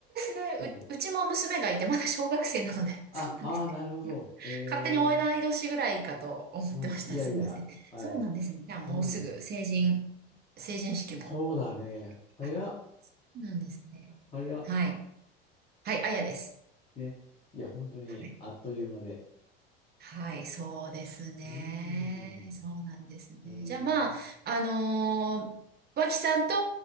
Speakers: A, on the right (about 30°); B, on the left (about 20°).
A: なんですね。
B: そう。
A: う、うちも娘がいて、まだ小学生なので、<laughs>
B: あ、
A: そうなんですね。
B: ああ、なるほど。え
A: 勝手にえない年ぐらいかと思ってました。
B: ー、うん、いやいや、
A: すいません。
B: はい。
A: そうなんですね。じゃあもうすぐ成人、
B: うん、
A: 成人式も。
B: そうだね。早っ、
A: あ、そうなんですね。
B: 早っ。
A: はい。はい、あやです。
B: ね。いや、本当に、
A: はい。
B: あっという間で。
A: はい、そうですね。
B: うーん、
A: そうなんですね。
B: えー、
A: じゃあまあ、あのー脇さんと